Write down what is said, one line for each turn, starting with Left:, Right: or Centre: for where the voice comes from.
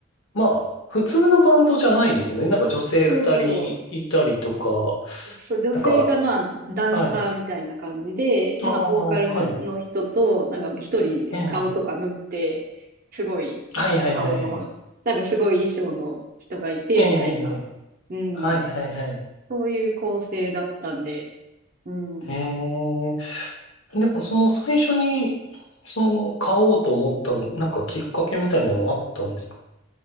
Left: まあ、普通のバンドじゃないですね。なんか女性二人いたりとか、
Right: そうそう。そう、女性がまあ、
Left: なんか、
Right: ダンサーみたいな感じで、
Left: はい。
Right: まあ、
Left: ああ、
Right: ボーカルの人と、
Left: はい。
Right: なんか一人顔とか塗って、
Left: ええ。
Right: すごい顔の、
Left: はいはいはいはい。
Right: <laughs> なんかすごい衣装の人がいて、
Left: ええ。
Right: みたいな、うん、
Left: はいはいはい。
Right: そういう構成だったんで、うん。
Left: ええ。でも、その最初に、その、買おうと思った、なんかきっかけみたいなのあったんですか